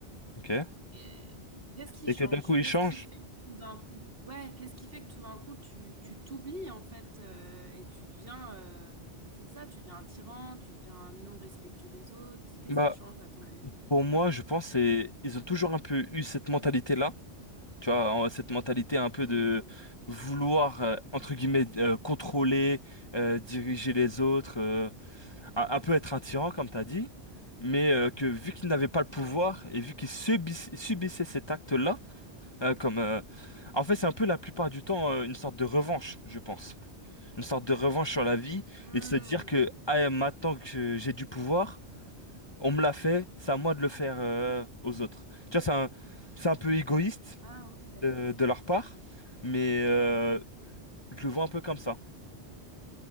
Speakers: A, on the left; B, on the right.
A: ok.
B: Et qu'est-ce qui
A: Et
B: change?
A: que d'un coup, ils
B: Qu'est-ce
A: changent.
B: qui fait que tout d'un coup... Ouais, qu'est-ce qui fait que tout d'un coup, tu tu t'oublies, en fait, euh, et tu deviens... euh, C'est ça, tu deviens un tyran, tu deviens un non respectueux des autres. Qu'est-ce
A: Bah,
B: qui change, à ton avis?
A: pour moi, je pense c'est ils ont toujours un peu eu cette mentalité-là, tu vois, en- cette mentalité un peu
B: Mhm.
A: de vouloir, euh, entre guillemets, euh, contrôler, euh, diriger les autres. euh, un, un peu être un tyran, comme t'as dit, mais euh, que vu qu'il n'avait pas le pouvoir
B: Ouais.
A: et vu qu'il subis- subissait cet acte-là, euh, comme euh, en fait c'est un peu la plupart du temps euh, une sorte de revanche, je pense, une sorte de revanche sur la vie
B: Mhm.
A: et de se dire que ah, maintenant que j'ai du pouvoir, on me l'a fait, c'est à moi de le faire euh, aux autres. Tu vois, c'est un, c'est un peu égoïste
B: Ah ouais.
A: de, de leur part, mais euh, je le vois un peu comme ça.